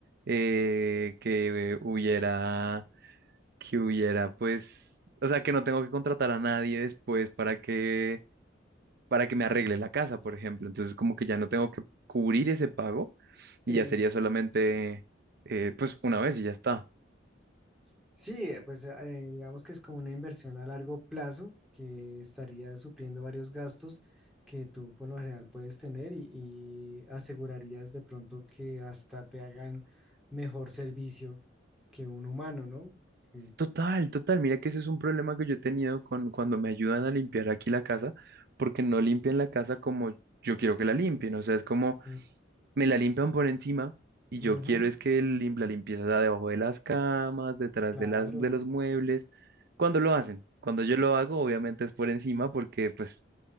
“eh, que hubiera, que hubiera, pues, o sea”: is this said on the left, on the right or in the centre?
Right